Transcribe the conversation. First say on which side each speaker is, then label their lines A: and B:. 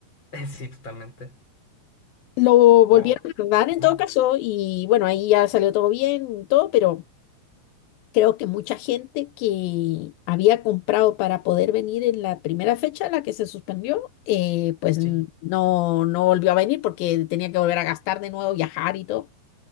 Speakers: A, on the left; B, on the left.
A: <laughs> sí, totalmente.
B: Lo volvieron
A: Wow,
B: a dar en
A: ah,
B: todo caso y bueno, ahí ya salió todo bien, todo, pero creo que mucha gente que había comprado para poder venir en la primera fecha, la que se suspendió, eh, pues n-
A: sí,
B: no, no volvió a venir porque tenía que volver a gastar de nuevo, viajar y todo.